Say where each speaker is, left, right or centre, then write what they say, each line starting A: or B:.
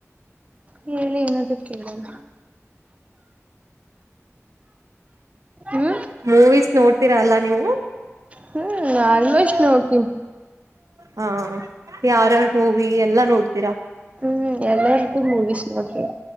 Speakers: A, on the right; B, on the right.
A: ಹೇಳಿ ಏನಾದ್ರೂ ಕೇಳಣ. ಹ್ಮ್
B: ಮೂವೀಸ್ ನೋಡ್ ತಿರ ಅಲ್ಲ ನೀವು.
A: ಹ್ಮ್ ಆಲ್ಮೋಸ್ಟ್ ನೋಡ್ತೀನಿ.
B: ಹಾ ಯಾರ ಯಾರ್ ಮೂವಿ ಎಲ್ಲಾ ನೋಡ್ತೀರಾ?
A: ಹ್ಮ್ ಎಲ್ಲಾರ್ದು ಮೂವಿಸ್ ನೋಡ್ತಿನಿ.